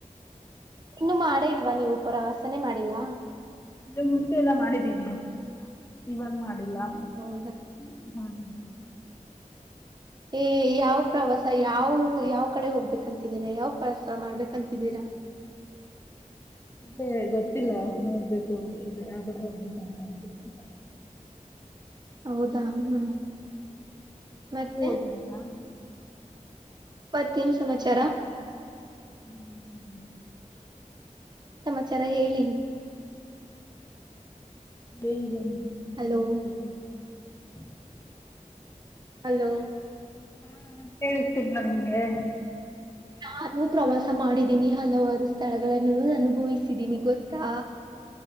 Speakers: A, on the right; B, on the left.
A: ಇನ್ನು ಮಾಡೇ ಇಲ್ವಾ ನೀವು ಪ್ರವಾಸನೇ ಮಾಡಿಲ್ಲ
B: ಅಂದೆ ಮುಂಚೆ ಎಲ್ಲ ಮಾಡಿದ್ದೀವಿ ಇವನ್ ಮಾಡಿಲ್ಲ
A: ಹೌದಾ
B: ಹ್ಮ್
A: ಏ ಯಾವ ಪ್ರವಾಸ ಯಾವ ಯಾವ ಕಡೆ ಹೋಗ್ಬೇಕಂತಿದೀರಾ ಯಾವ್ ಪ್ರವಾಸ ಮಾಡ್ಬೇಕಂತಿದ್ದೀರಾ
B: ಮತ್ತೇ ಗೊತ್ತಿಲ್ಲ ನೋಡ್ಬೇಕು ಯಾವ ಕೂಡ ಹೋಗ್ಬೇಕು ಅಂತ ಹೇಳ್ಬೇಕು
A: ಹೌದಾ ಹ್ಮ ಮತ್ತೆ
B: ನೀವು ಹೋಗಿದ್ದೀರಾ
A: ಮತ್ತೇನು ಸಮಾಚಾರ
B: ಹ್ಮ್ ಹ್ಮ್
A: ವಿಚರ ಹೇಳಿ.
B: ಏನಿಲ್ಲ ನೀವೇ
A: ಹಲೋ
B: ಹೇಳ್ಬೇಕು. <inaudible>
A: ಹಲೋ
B: ಹಾ ಮ ಕೇಳಿಸ್ತಿಲ್ವ ನಿಮ್ಗೆ.
A: ನಾನು ಪ್ರವಾಸ ಮಾಡಿದ್ದೀನಿ ಹಲವಾರು ಸ್ಥಳಗಳನ್ನು ಅನುಭವಿಸಿದೀನಿ ಗೊತ್ತಾ.